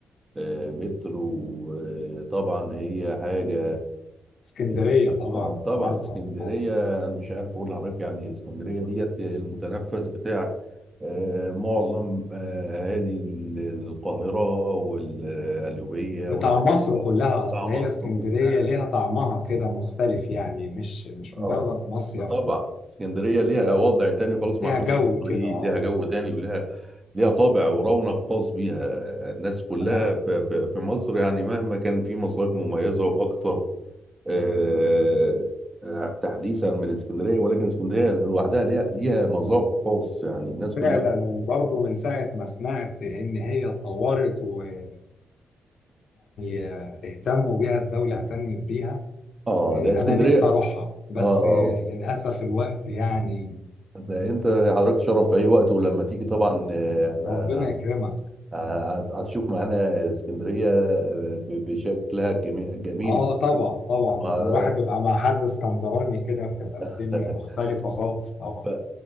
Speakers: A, on the right (about 20°); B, on the left (about 65°).
A: آه، مترو آه، طبعا هي حاجة
B: اسكندرية
A: اه
B: طبعا
A: آه، طبعا
B: جمالها
A: اسكندرية
B: آه.
A: انا مش عارف اقول لحضرتك يعني اسكندرية ديت المتنفس بتاع آه، معظم آه، اهالي ال- القاهرة والقليوبية
B: بتاع
A: والبنك
B: مصر كلها اصل
A: بتاع
B: هي
A: مصر
B: اسكندرية
A: كلها
B: ليها طعمها كده مختلف يعني مش مش
A: اه
B: مجرد مصيف
A: طبعا
B: و...
A: اسكندريه ليها وضع تاني خالص
B: ليها
A: مع كل
B: جو
A: المصريين
B: كده اه
A: ليها جو تاني وليها ليها طابع ورونق خاص بيها الناس كلها
B: انا
A: في في- في مصر يعني مهما كان في مصايف مميزه واكتر آه، آه، تحديثا من اسكندريه ولكن اسكندريه لوحدها ليها ليها مذاق خاص يعني الناس
B: فعلا
A: كلها
B: وبرضه من ساعة ما سمعت ان هي اتطورت ويعني آه، اهتموا بيها الدولة اهتمت بيها
A: اه
B: آه،
A: لا اسكندريه
B: انا نفسي اروحها بس
A: اه آه.
B: آه، للأسف الوقت يعني
A: ده انت حضرتك تشرف في اي وقت ولما تيجي طبعا
B: آه،
A: آه، احنا
B: ربنا يكرمك
A: ه- هتشوف معانا اسكندرية آه، ب- بشكلها الجمي- الجميل
B: اه طبعا طبعا لما
A: وه-
B: الواحد بيبقى مع حد اسكندراني كده بتبقى
A: <laughs>
B: الدنيا مختلفة خالص طبعا
A: ف-